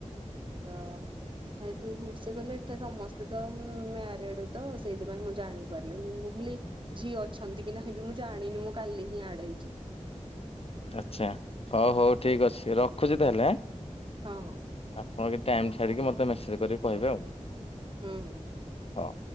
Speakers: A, on the right; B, on the left.
A: ଓ ହୋ। ସେଠୁ ମୁଁ ସେ କହିଲେ ଏଠି ସମସ୍ତେ ତ ମ୍ୟାରେଡ୍ ତ ସେଇଥିପାଇଁ ମୁଁ ଜାଣିପାରିଲିନି। ମୁଁ କହିଲି ଝିଅ ଅଛନ୍ତି କି ନାହିଁ ବି ମୁଁ ଜାଣିନି ମୁଁ କାଲି ହିଁ ଆଡ଼୍ ହେଇଚି।
B: ଆଚ୍ଛା ହଉ ହଉ ଠିକ୍ ଅଛି ରଖୁଛି ତାହେଲେ ଆଁ,।
A: ହଁ, ହଁ।
B: ଆପଣ ବି ଟାଇମ୍ ଛାଡିକି ମୋତେ ମେସେଜ୍ କରିକି କହିବେ ଆଉ।
A: ହୁଁ, ହୁଁ।
B: ହୋ।